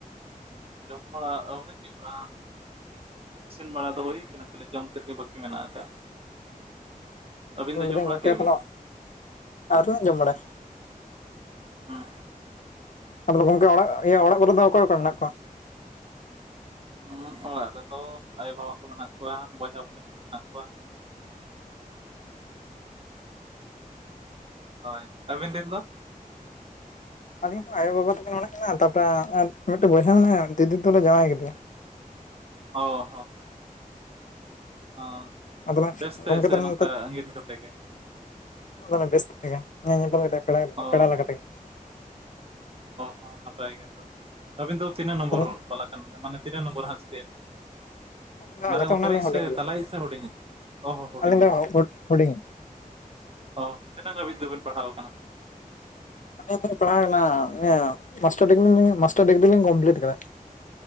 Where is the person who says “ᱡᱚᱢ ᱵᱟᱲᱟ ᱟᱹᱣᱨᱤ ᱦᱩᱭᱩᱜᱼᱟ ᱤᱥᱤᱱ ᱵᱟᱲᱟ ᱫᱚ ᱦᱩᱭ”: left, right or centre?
Right